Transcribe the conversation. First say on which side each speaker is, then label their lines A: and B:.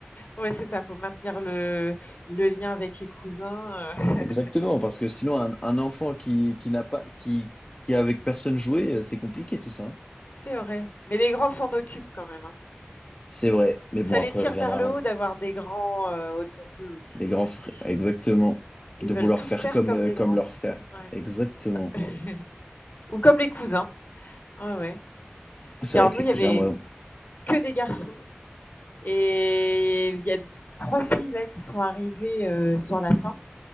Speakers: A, on the left (about 50°); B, on the left (about 30°).
A: ouais, c'est ça, faut maintenir le le lien avec les cousins, heu, <laughs>
B: Exactement, parce que sinon, un, un enfant qui, qui n'a pas, qui, qui est avec personne joué, euh, c'est compliqué tout ça. hein.
A: c'est vrai. Mais les grands s'en occupent quand même, hein.
B: C'est vrai, mais
A: Ça
B: bon,
A: les
B: après
A: tire
B: viendra
A: vers le
B: un-
A: haut d'avoir des grands, heu, autour d'eux aussi,
B: les
A: les
B: grands
A: petits.
B: frères, exactement,
A: Ils
B: de
A: veulent
B: vouloir
A: tout
B: faire
A: faire
B: comme,
A: comme
B: euh,
A: les
B: comme
A: grands.
B: leurs frères.
A: Ouais.
B: Exactement.
A: <laughs> Ou comme les cousins. Ouais, ouais.
B: C'est
A: Puis alors
B: vrai que
A: nous,
B: les
A: il
B: cousins,
A: y avait
B: ouais,
A: que des garçons Et il y a 3 filles là qui sont arrivées, heu, sur la fin